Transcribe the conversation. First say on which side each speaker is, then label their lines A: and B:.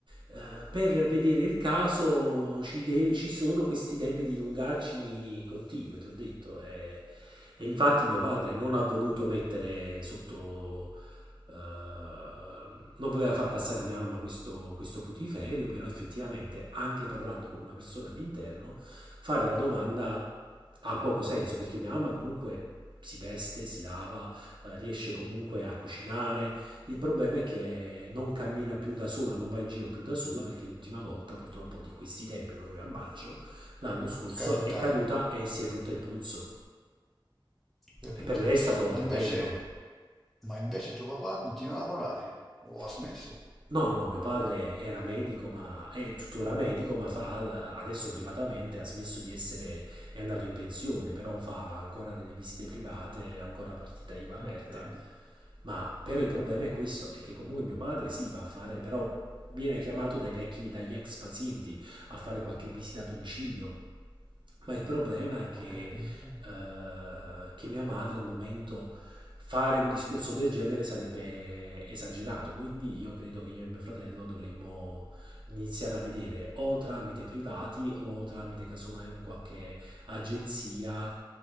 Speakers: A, on the right; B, in the centre.
A: eh, per vedere il caso ci, de- ci sono questi tempi di lungaggini continue, ti ho detto. E, e infatti mio padre non ha voluto mettere sotto eh, non voleva far passare a mia mamma questo, questo putiferio, però effettivamente anche parlando con una persona all'interno, fare la domanda ha poco senso perché mia mamma comunque si veste, si lava, eh, riesce comunque a cucinare. Il problema è che non cammina più da sola, non va in giro più da sola perché l'ultima volta, purtroppo, di questi tempi, proprio a maggio, l'anno scorso,
B: caduta,
A: è caduta e si è rotta il polso.
B: ho capito?
A: E per lei è stato
B: Ma
A: tremendo.
B: invece, ma invece tuo papà continua a lavorare, o ha smesso?
A: No, no, no, mio padre era medico, ma è tuttora medico, ma fa adesso privatamente, ha smesso di essere, è andato in pensione, però fa ancora delle visite private, ancora partita IVA aperta.
B: Ah, bene,
A: Ma però
B: bene,
A: il problema è questo, è che comunque mio padre sì, va a fare, però viene chiamato dai vecchi, dagli ex pazienti a fare qualche visita a domicilio. Ma il problema è che
B: ho capito.
A: eh, che mia madre al momento fare un discorso del genere sarebbe esagerato, quindi io credo che io e mio fratello dovremmo iniziare a vedere o tramite privati o tramite casomai un qualche agenzia